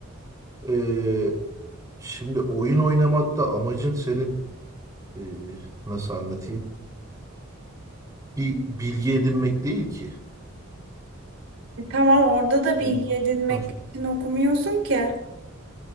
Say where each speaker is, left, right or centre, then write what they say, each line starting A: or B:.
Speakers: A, on the right (about 15°); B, on the right (about 75°).
A: e, şimdi oyun oynamakta amacın senin e, nasıl anlatayım? Bir bilgi edinmek değil ki.
B: E tamam orada da bilgi
A: Senin.
B: edinmek
A: Ha.
B: için okumuyorsun ki.